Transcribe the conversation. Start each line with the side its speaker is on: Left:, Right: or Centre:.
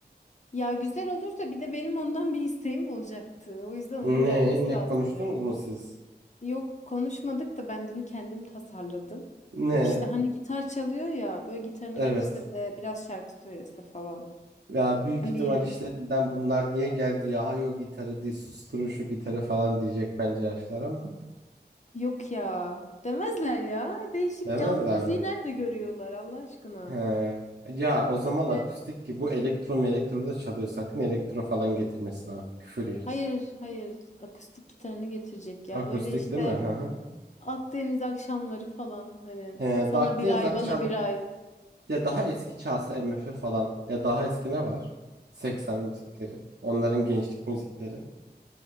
Left: Ya güzel olur da bir de benim ondan bir isteğim olacaktı. O yüzden
Right: Ne
Left: onun gelmesi
Right: ne
Left: lazım
Right: konuştunuz
Left: ya.
Right: mu siz?
Left: Yok konuşmadık da ben bunu kendim tasarladım.
Right: Ne?
Left: İşte hani gitar çalıyor ya böyle gitarını
Right: Evet.
Left: getirse de biraz şarkı söylese falan.
Right: Ya büyük
Left: Ben
Right: ihtimal
Left: bir
Right: işlerinden bunlar niye geldi ya? Hayo gitarı diye susturun şu gitarı falan diyecek bence yaşlar ama.
Left: yok ya demezler ya. Değişik
Right: Demezler
Left: canlı müziği
Right: mi?
Left: nerede görüyorlar Allah aşkına.
Right: He. Ya o zaman
Left: İşte
Right: akustik ki bu elektro mu elektro da çalıyor. Sakın elektro falan getirmesin ha. Küfür yeriz.
Left: hayır hayır akustik gitarını getirecek ya
Right: Akustik
Left: böyle işte
Right: değil mi? Hı hı.
Left: Akdeniz akşamları falan hani
Right: He,
Left: sana
Right: da Akdeniz
Left: bir ay
Right: akşam
Left: bana bir ay.
Right: ya daha eski çalsa M MF falan ya daha eski ne var? seksen müzikleri. Onların gençlik müzikleri.